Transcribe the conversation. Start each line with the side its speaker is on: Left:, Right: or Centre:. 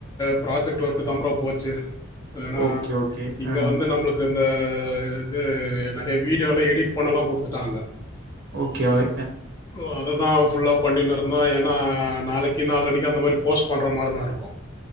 Left: ப்ராஜெக்ட் ஒர்க்கு தான் பா போச்சு ஏன்னா
Right: ஓகே ஓகே
Left: இங்க
Right: ஆ
Left: வந்து நம்பளுக்கு இந்த இது நறைய வீடியோல எடிட் பண்ணலா குடுத்துட்டாங்க
Right: ஓகேவா
Left: ஓ அததா ஃபுல்லா பண்ணினிருந்தோ ஏன்னா நாளைக்கு நாளலன்னைக்கு அந்த மாரி போஸ்ட் பண்ற மாரிதா இருக்கு